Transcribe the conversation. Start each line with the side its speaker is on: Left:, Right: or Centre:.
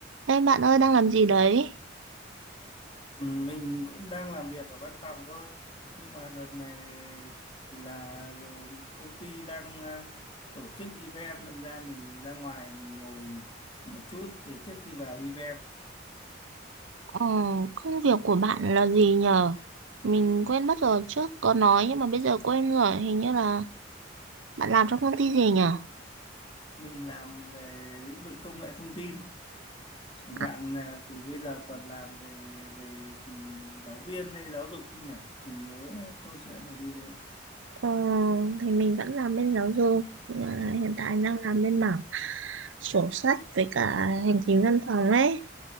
Right: Ê bạn ơi đang làm gì đấy?
Left: Ừ, Mình cũng đang làm việc ở văn phòng thôi nhưng mà đợt này là công ty đang à, tổ chức event nên ra mình ra ngoài mình ngồi một chút để trước khi vào event
Right: Ờ, công việc của bạn là gì nhờ? Mình quên mất rồi trước có nói nhưng mà bây giờ quên rồi. Hình như là bạn làm trong công ty gì nhở?
Left: mình làm về lĩnh vực công nghệ thông tin còn
Right: À,
Left: bạn à, thì bây giờ còn làm về về thì giáo viên hay giáo dục không nhỉ mình nhớ câu chuyện là như thế
Right: ờ, thì mình vẫn làm bên giáo dục nhưng mà hiện tại đang làm bên mảng sổ sách với cả hành chính văn phòng ấy